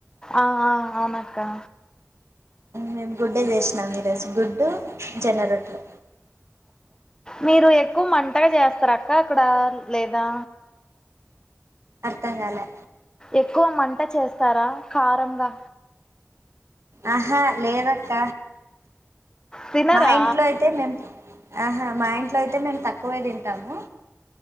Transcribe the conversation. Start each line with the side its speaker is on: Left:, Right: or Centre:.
Left: ఆ ఆ అవునక్కా
Right: మేమ్ గుడ్డే చేసినాం ఈరోజు గుడ్డూ జొన్న రొట్టే
Left: మీరూ ఎక్కువ మంటగ జేస్తర అక్క అక్కడా లె లేదా
Right: అర్థం గాలే
Left: ఎక్కువ మంట చేస్తారా కారంగా
Right: అహా లేదక్క
Left: తినరా
Right: మా ఇంట్లో అయితే మేం ఆహా మా ఇంట్లో అయితే మేమ్ తక్కువే దింటాము